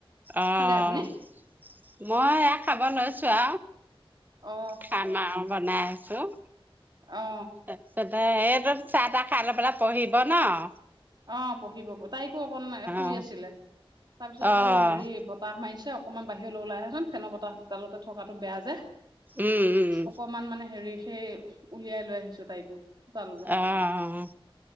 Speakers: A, on the right; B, on the right.
A: আহ
B: খালে আপুনি
A: মই এহ খাব লৈছো
B: অ
A: খাম আৰু বনাই আছোঁ।
B: অ
A: তাৰছতে সেটো চাহ তাহ খাই লৈ পেলাই পঢ়িব নহ
B: অ পঢ়িব তাইকো অকণ শুই
A: অ
B: আছিলে তাৰপিছত
A: অ',
B: বোলো হেৰি, বতাহ মাৰিছে অকনমান বাহিৰলৈ ওলাই আহচোন, ফেনৰ বতাহ ছোতালতে থকাতটো বেয়া যে
A: উম, উম,
B: অকমান মানে হেৰি সেই উলিয়াই লৈ আহিছো তাইকো চোতাললৈ
A: আহ